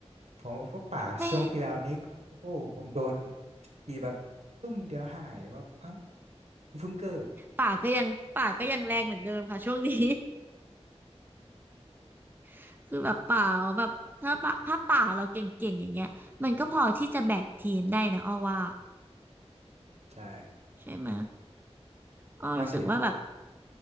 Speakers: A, on the right; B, on the right.
A: ผมว่าป่าช่วงที่แล้วนี้ก็โอ้โหผมโดน
B: ไม่
A: ทีแบบปึ้มเดียวหายว่าเอ้ากูเพิ่งเกิด
B: ป่าก็ยังป่าก็ยังแรงเหมือนเดิมค่ะช่วงนี้ <laughs> คือแบบป่าเราแบบถ้าป่าถ้าป่าเราเก่งๆอย่างเงี้ยมันก็พอที่จะแบกทีมได้นะอ้อว่า
A: ใช่
B: ใช่ไหมอ้อรู้สึกว่าแบบ
A: บางที